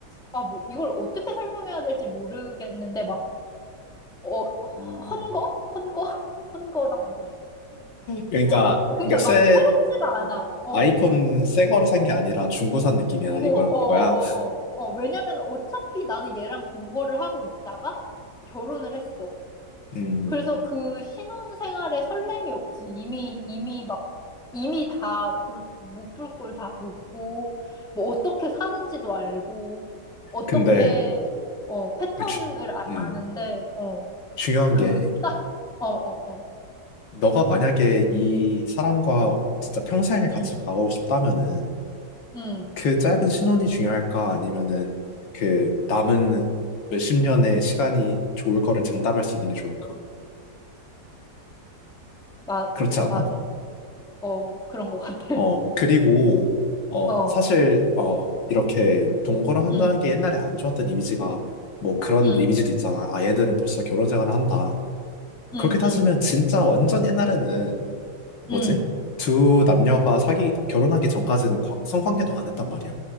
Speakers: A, in the centre; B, on the left.
A: 아, 뭐 이걸 어떻게 설명해야 될지 모르겠는데 막, 어, 헌거?
B: 음.
A: 헌거? <laughs> 헌거라고.
B: 그러니까,
A: 뭐, 그러니까
B: 그러니까 새
A: 막 새롭지가 않아. 어.
B: 아이폰 새 거를 산 게 아니라 중고 산 느낌이야,
A: 동거,
B: 이거,
A: 어어어어.
B: 이거야.
A: 어, 어, 어. 어, 왜냐면 어차피 나는 얘랑 동거를 하고 있다가 결혼을 했어.
B: 음,
A: 그래서 그 신혼 생활에 설렘이 없지. 이미, 이미 막, 이미 다 불, 못불꼴다 보고, 뭐 어떻게 사는지도 알고, 어떻게,
B: 근데,
A: 어, 패턴을
B: 주-
A: 아,
B: 음,
A: 아는데, 어,
B: 중요한
A: 그
B: 게,
A: 딱, 어, 어, 어.
B: 너가 만약에 이 사람과 진짜 평생을 같이
A: 응,
B: 가고 싶다면은,
A: 응.
B: 그 짧은 신혼이 중요할까? 아니면은, 그 남은 몇 십 년의 시간이 좋을 거를 장담할 수 있는 게 좋을까?
A: 마,
B: 그렇지 않아?
A: 맞아. 어, 그런 것 같아. <laughs>
B: 어, 그리고, 어,
A: 어,
B: 사실, 어, 이렇게 동거를 한다는
A: 응,
B: 게 옛날에 안 좋았던 이미지가, 뭐 그런
A: 응,
B: 이미지도 있잖아. 아, 얘들은 벌써 결혼 생활을 한다.
A: 응,
B: 그렇게 따지면
A: 응,
B: 진짜 완전 옛날에는 뭐지?
A: 응.
B: 두 남녀가 사기, 결혼하기 전까지는 관- 성관계도 안 했단 말이야.